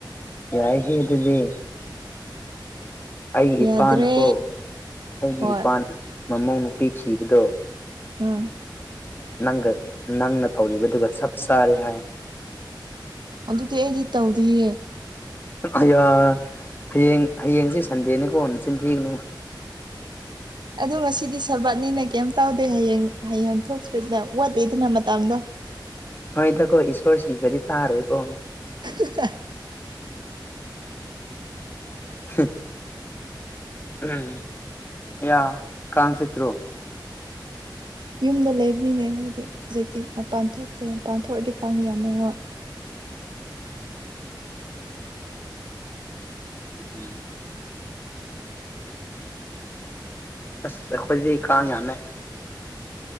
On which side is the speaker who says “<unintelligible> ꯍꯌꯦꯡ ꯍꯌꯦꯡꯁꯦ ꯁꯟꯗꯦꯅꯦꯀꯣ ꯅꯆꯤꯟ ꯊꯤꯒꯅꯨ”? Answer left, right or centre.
Left